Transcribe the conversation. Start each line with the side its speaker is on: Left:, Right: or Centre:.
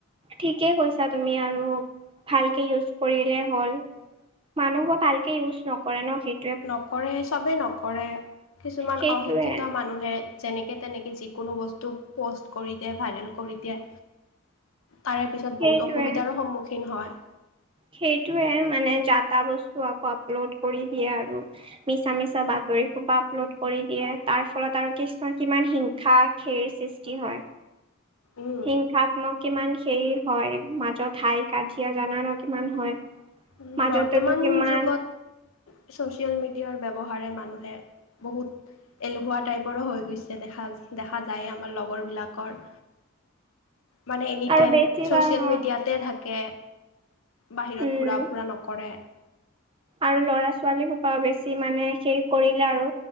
Right: ঠিকেই কৈছা তুমি আৰু ভালকে ইউজ কৰিলে হ'ল। মানুহো ভালকে ইউজ নকৰে ন'। সেই
Left: নকৰে, চবেই নকৰে। কিছুমান
Right: সেইটোয়ে
Left: অশিক্ষিত মানুহে যেনেকে তেনেকে যিকোনো বস্তু পষ্ট কৰি দিয়ে। ভাইৰেল কৰি দিয়ে। তাৰে পিছত
Right: সেইটোয়ে
Left: বহুত অসুবিধাৰো সন্মুখীন হয়।
Right: সেইটোয়ে, মানে যা-তা বস্তু আকৌ আপলোড কৰি দিয়ে আৰু। মিছা মিছা বাতৰি সোপা আপলোড কৰি দিয়ে। তাৰ ফলত আৰু কিছুমান কিমান হিংসা ধেৰ সৃষ্টি হয়।
Left: উম,
Right: হিংসাত্মক কিমান হেৰি হয়। মাজত হাই -কাজিয়া জানা ন'কিমান হয়।
Left: উম,
Right: মাজতেতো
Left: বৰ্তমান
Right: কিমান
Left: যুগত ছ'চিয়েল মেডিয়াৰ ব্যৱহাৰে মানুহে বহুত এলেহুৱা টাইপৰো হৈ গৈছে দেখা দেখা যায় আমাৰ লগৰ বিলাকৰ। মানে এনিটাইম
Right: আৰু বেছি
Left: ছ'চিয়েল
Right: বা অ,
Left: মিডিয়াতে থাকে। বাহিৰত
Right: উম
Left: ঘূৰা কৰে।
Right: আৰু ল'ৰা-ছোৱালী সোপাও বেছি মানে সেই কৰিলে আৰু